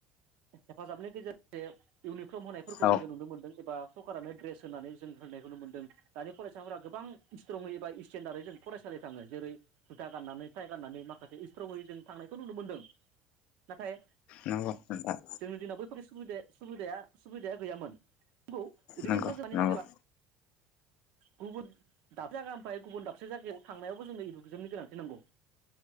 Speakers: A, on the right; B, on the left.
A: हेफाजाबनि गेजेरजों इउनि फ्रम होनायफोरखौ
B: औ
A: जोङो नुनो मोनदों एबा सरकारानो ड्रेस होनानै जों होनायखौ नुनो मोन्दों दानि फरायसाफोरा गोबां स्ट्रंयै एबा इस्ट स्टेन्डारै जों फरायसालि थाङो जेरै जुथा गाननानै फाइ गाननानै माखासे इस्ट्रङै जों थांनायखौ नुनो मोनदों नाथाय
B: नंगौ नोंथां
A: जोंनि दिनाव बैफोर सुबिदाया सुबिदाया सुबिदाया गैयामोन। <unintelligible>
B: नंगौ नंगौ
A: गुबुन दाबसे जायगानिफ्राय गुबुन दाबसे जायगायाव थांनायावबो जोंनो इडुकेसननि गोनांथि नांगौ।